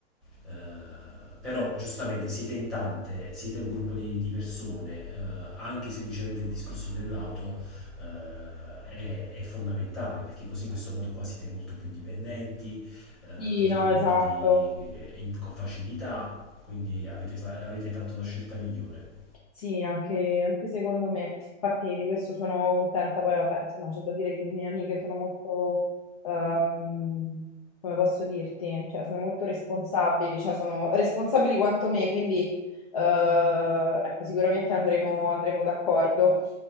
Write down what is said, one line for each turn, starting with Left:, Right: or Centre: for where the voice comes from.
Centre: Eh, però giustamente siete in tante, siete un gruppo di, di persone, eh, anche semplicemente il discorso dell'auto eh, è, è fondamentale perché così in questo modo qua siete molto più indipendenti, eh,
Left: Sì,
Centre: potete
Left: no,
Centre: muovervi
Left: esatto.
Centre: eh, in- con facilità, quindi avete, fa- avete fatto la scelta migliore.
Left: Sì, anche, anche secondo me. Infatti di questo sono contenta. Poi vabbè, insomma, c'è da dire che le mie amiche sono molto, ehm, come posso dirti, cioè sono molto responsabili, cioè sono responsabili quanto me, quindi eh, ecco, sicuramente andremo, andremo d'accordo.